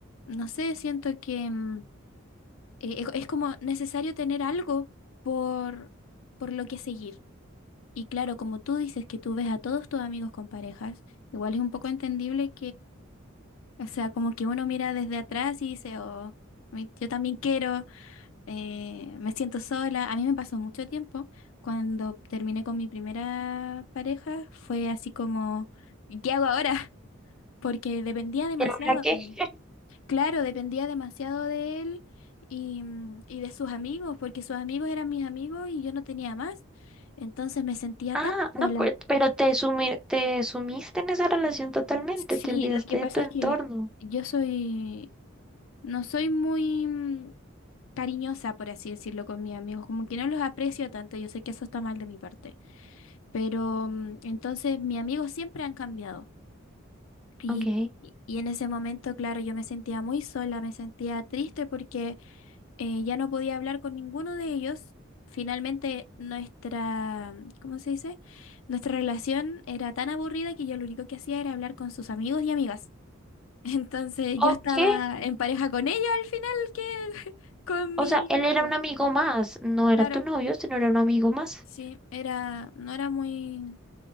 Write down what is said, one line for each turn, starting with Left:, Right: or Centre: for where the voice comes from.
Left: no sé, siento que mm, eh, es es como necesario tener algo por, por lo que seguir. Y claro, como tú dices que tú ves a todos tus amigos con parejas, igual es un poco entendible O sea, como que uno mira desde atrás y dice, oh, a mí- yo también quiero, eh, me siento sola. A mí me pasó mucho tiempo. Cuando terminé con mi primera pareja, fue así como, "¿Y ¿qué hago ahora? <laughs> Porque dependía demasiado
Centre: ¿Y ahora qué?
Left: de él.
Centre: <laughs>
Left: Claro, dependía demasiado de él y, mm, y de sus amigos, porque sus amigos eran mis amigos y yo no tenía más. Entonces me sentía
Centre: Ah,
Left: tan
Centre: no,
Left: sola.
Centre: pues, pero te sumi- te sumiste en esa relación totalmente,
Left: Sí,
Centre: te olvidaste
Left: lo que pasa
Centre: de tu entorno.
Left: es que yo soy, no soy muy... mm, cariñosa, por así decirlo, con mis amigos, como que no los aprecio tanto, yo sé que eso está mal de mi parte, pero mm, entonces mis amigos siempre han cambiado. Y,
Centre: Ok.
Left: y- y en ese momento, claro, yo me sentía muy sola, me sentía triste porque eh, ya no podía hablar con ninguno de ellos. Finalmente nuestra, mm, ¿cómo se dice? Nuestra relación era tan aburrida que yo lo único que hacía era hablar con sus amigos y amigas. <laughs> Entonces yo
Centre: Ok.
Left: estaba en pareja con ella al final que <laughs> con
Centre: O
Left: mi
Centre: sea, él era
Left: novio.
Centre: un amigo más, no
Left: Claro.
Centre: era tu novio, sino era un amigo más.
Left: Sí, era, no era muy,